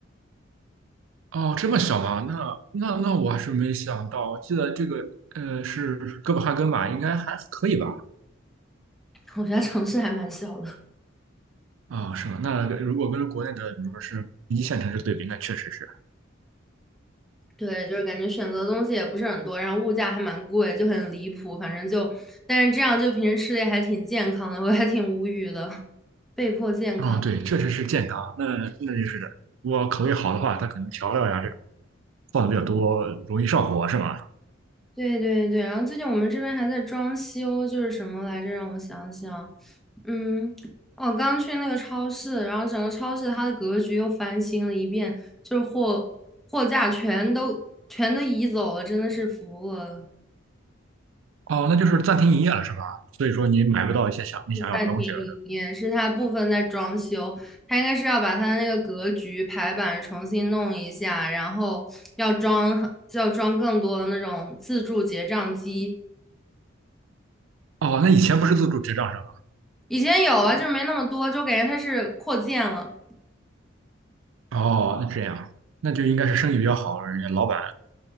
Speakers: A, on the right; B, in the centre.
A: 哦，这么小吗？那那那我还是没想到。我记得这个呃是哥本哈根吧，应该还可以吧？
B: <laughs> 我家城市还蛮小的，
A: 啊、是吗？那如果跟国内的，比如说是一线城市对比，那确实是。
B: 对，就是感觉选择的东西也不是很多，然后物价还蛮贵，就很离谱。反正就，但是这样就平时吃的也还挺健康的，我还挺无语的，被迫健康。
A: 啊、对，确实是健康。那那就是的。我口味好的话，它可能调料呀这种放的比较多，容易上火，是吗？
B: 对对对，然后最近我们这边还在装修，就是什么来着？让我想想，嗯，哦，刚去那个超市，然后整个超市它的格局又翻新了一遍，就是货货架全都全都移走了，真的是服了。
A: 哦，那就是暂停营业了是吧？所以说你买不到一些想你想要的东西了。
B: 半天一夜是它部分在装修，它应该是要把它的那个格局排版重新弄一下，然后要装要装更多的那种自助结账机。
A: 哦，那以前不是自助结账是吧？
B: 以前有啊，就是没那么多，就感觉它是扩建了。
A: 哦，那这样，那就应该是生意比较好，人家老板